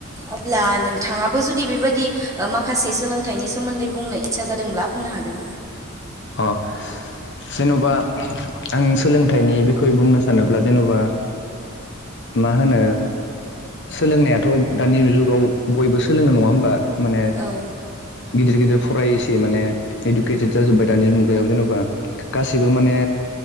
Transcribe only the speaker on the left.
अ। जेन'बा आं सोलोंथाइनि बिखय बुंनो सानोब्ला जेन'बा मा होनो सोलोंनायाथ' दानि जुगाव बयबो सोलोङो नङा होमबा माने
गिदिर गिदिर फरायसै माने इडुकेटेद जाजोब्बाय दानि मुगायाव जेन'बा गासिबो माने